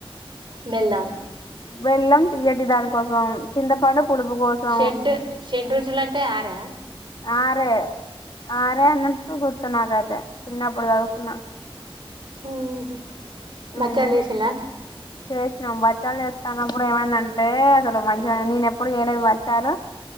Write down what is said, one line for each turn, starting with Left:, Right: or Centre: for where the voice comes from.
Right: బెల్లం
Left: బెల్లం తీయ్యటి దానికోసం చింతపండు పులుపు కోసం
Right: షెడ్ షెడ్ రుచులు అంటే ఆరేనా
Left: ఆరే ఆరే అన్నట్టు గుర్తు నాకైతే చిన్నప్పుడు చదువుకున్నా.
Right: ఉహుమ్ బచ్చలు
Left: మ్మ్
Right: చేసిర
Left: చేసినాం బచ్చాలు చేస్తానపుడు ఏమైందంటే అసలు మంచిగా నేను ఎప్పుడు చేయలేదు బచ్చాలు